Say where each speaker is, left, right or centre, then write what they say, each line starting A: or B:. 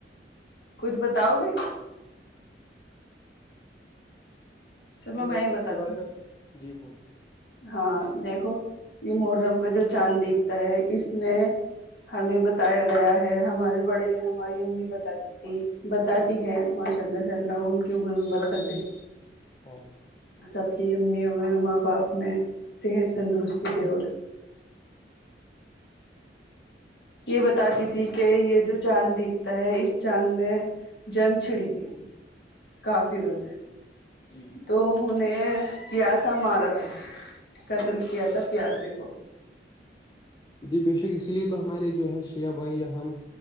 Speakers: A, on the left; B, on the left.
A: کچھ بتاؤ گے چلو
B: جی میں
A: ہی
B: تو اس
A: بتاتی
B: کے بارے
A: ہوں
B: میں جی بولیے
A: ہاں دیکھو یہ محرم کا جو چاند دکھتا ہے اس میں ہمیں بتایا گیا ہے ہمارے بڑے ہماری امی بتاتی بتاتی ہے ماشاء اللہ سے اللہ ان کی عمر میں برکت دے
B: <unintelligible>
A: سب کی امیوں میں ماں باپ میں صحت
B: جی
A: تندرستی دے اور یہ بتاتی تھی کہ یہ جو چاند دکھتا ہے اس چاند میں جنگ چھڑی تھی کافروں سے
B: جی
A: تو انھیں پیاسا مارا تھا قتل کیا تھا پیاسے کو
B: جی بے شک اسی لیے تو ہمارے جو ہے شیع بھائی یا ہم